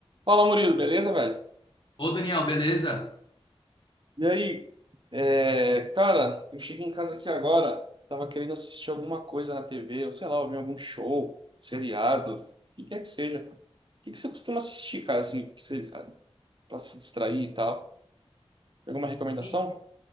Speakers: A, on the right (about 50°); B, on the left (about 45°).
A: Fala, Murilo, beleza, velho?
B: Ô Daniel, beleza?
A: E aí, é, cara, eu cheguei em casa aqui agora, tava querendo assistir alguma coisa na TV, ou sei lá, ouvir algum show, seriado, o que quer que seja. O que que você costuma assistir, cara, assim, que você, ah, pra se distrair e tal? Tem Alguma recomendação?
B: Sim,